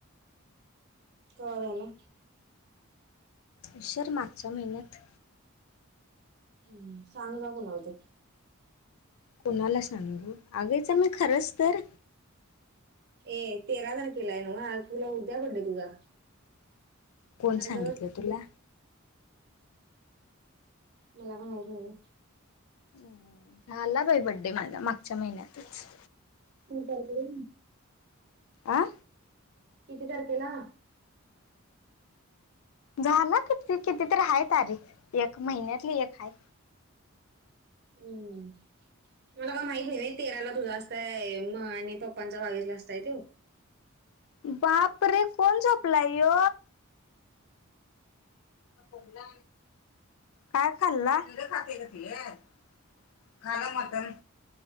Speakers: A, on the right; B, on the left.
A: काय <unintelligible>
B: उशर मागच्या महिन्यात.
A: हम्म. सांगा जा कुणाला ते
B: कोणाला सांगू? <unintelligible> मी खरंच तर
A: ए तेरा तारखेला हाय नव्ह? आज तुला उद्या बडे तुझा.
B: कोण
A: अर्धवट
B: सांगितलं तुला?
A: मला काय माहित नई व्हय.
B: हम्म. झाला बाई बड्डे माझा मागच्या महिन्यातच.
A: तीन तारखेला
B: आ?
A: किती तारखेला?
B: झाला किती कितीतरी हाय तारीख एक महिन्यातली एक हाय.
A: हम्म. मला का माहित नई व्हय तेराला तुझा असतंय, मग आणि पप्पांचा बावीसला असताय तो.
B: बापरे रे! कोण झोपलाय ह्यो? खोकला काय खाल्ला? कीड खातय ग ते? खाल्लं मटण.